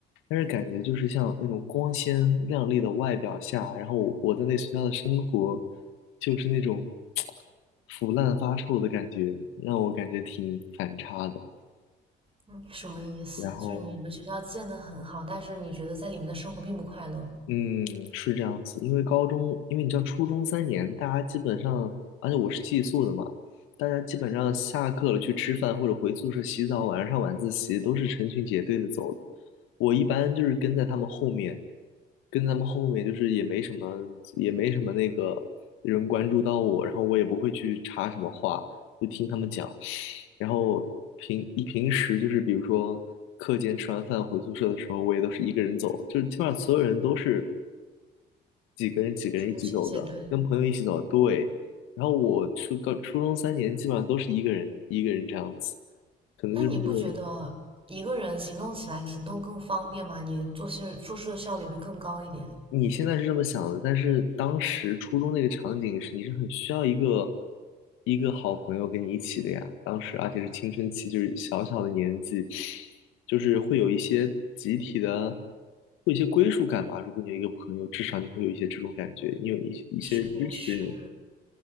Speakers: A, on the left; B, on the right.
A: 但是感觉就是像那种光鲜亮丽的外表下，然后我我在那学校的生活，就是那种 <tsk> 腐烂发臭的感觉，让我感觉挺反差的。
B: 嗯什么意思？
A: 然后
B: 就是你们学校建得很好，但是你觉得在里面的生活并不快乐，
A: 嗯，是这样子，因为高中，因为你知道初中三年，大家基本上，而且我是寄宿的嘛，大家基本上下课了去吃饭或者回宿舍洗澡，晚上上晚自习都是成群结队的走的。我一般就是跟在他们后面，跟他们后面就是也没什么，也没什么那个人关注到我，然后我也不会去插什么话，就听他们讲。然后平一平时就是比如说课间吃完饭回宿舍的时候，我也都是一个人走，就是基本上所有人都是几个人几个人一起走的，
B: 成群写对的。
A: 跟朋友一起走。对，然后我初高初中三年基本上都是一个人一个人这样子，可能就是因为
B: 那你不觉得一个人行动起来行动更方便吗？你做事做事的效率会更高一点。
A: 你现在是这么想的，但是当时初中那个场景是你是很需要一个一个好朋友跟你一起的呀。当时而且是青春期，就是小小的年纪，就是会有一些集体的，会有一些归属感吧。如果你有一个朋友，至少你会有一些这种感觉，你有一些一些支持
B: 确实，